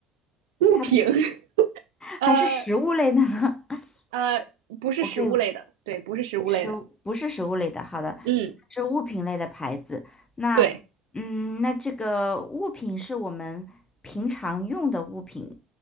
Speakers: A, on the right (about 70°); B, on the left (about 25°).
A: 物品，
B: 它的，
A: <laughs>
B: 还是食物类的呢？
A: 呃，呃，
B: <laughs>
A: 不是食物类的，
B: 我可以。
A: 对，不是食物类的，
B: 食物不是食物类的，好的，
A: 嗯，
B: 是物品类的牌子。那，
A: 对，
B: 嗯，那这个物品是我们平常用的物品，